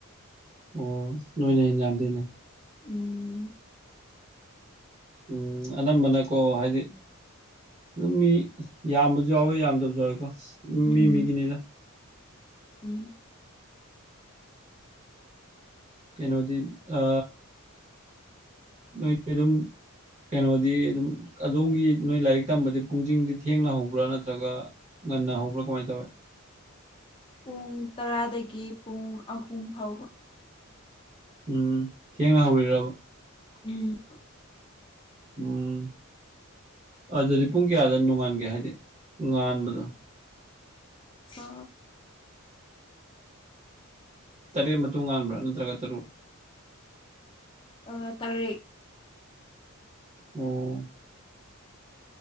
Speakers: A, on the right (about 30°); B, on the left (about 25°).
A: ꯑꯣ ꯅꯣꯏꯅ ꯍꯦꯟꯅ ꯌꯥꯝꯗꯦꯅꯦ
B: ꯎꯝ
A: ꯎꯝ ꯑꯅꯝꯕꯅꯀꯣ ꯍꯥꯏꯗꯤ ꯑꯗꯨꯝ ꯃꯤ ꯌꯥꯝꯕꯁꯨ ꯌꯥꯎꯋꯦ ꯌꯥꯝꯗꯕꯁꯨ ꯌꯥꯎꯋꯦꯀꯣ
B: ꯎꯝ
A: ꯃꯤ ꯃꯤꯒꯤꯅꯤꯗ
B: ꯎꯝ
A: ꯀꯩꯅꯣꯗꯤ ꯑ ꯅꯣꯏꯗꯤ ꯑꯗꯨꯝ ꯀꯩꯅꯣꯗꯤ ꯑꯗꯨꯝ ꯑꯗꯣꯝꯒꯤ ꯅꯣꯏ ꯂꯥꯏꯔꯤꯛ ꯇꯝꯕꯗꯤ ꯄꯨꯡꯖꯤꯡꯗꯤ ꯊꯦꯡꯅ ꯍꯧꯕ꯭ꯔꯥ ꯅꯠꯇ꯭ꯔꯒ ꯉꯟꯅ ꯍꯧꯕ꯭ꯔꯥ ꯀꯃꯥꯏ ꯇꯧꯋꯦ
B: ꯄꯨꯡ ꯇꯔꯥꯗꯒꯤ ꯄꯨꯡ ꯑꯍꯨꯝ ꯐꯥꯎꯕ
A: ꯎꯝ ꯊꯦꯡꯅ ꯍꯧꯔꯤꯔꯕ
B: ꯎꯝ
A: ꯑꯥ ꯑꯗꯨꯗꯤ ꯄꯨꯡ ꯀꯌꯥꯗ ꯅꯣꯡꯉꯥꯟꯒꯦ ꯍꯥꯏꯗꯤ ꯉꯥꯟꯕꯗꯣ
B: ꯑ
A: ꯇꯔꯦꯠ ꯃꯇꯨꯡ ꯉꯥꯟꯕ꯭ꯔꯥ ꯅꯠꯇ꯭ꯔꯒ ꯇꯔꯨꯛ
B: ꯑ ꯇꯔꯦꯠ
A: ꯑꯣ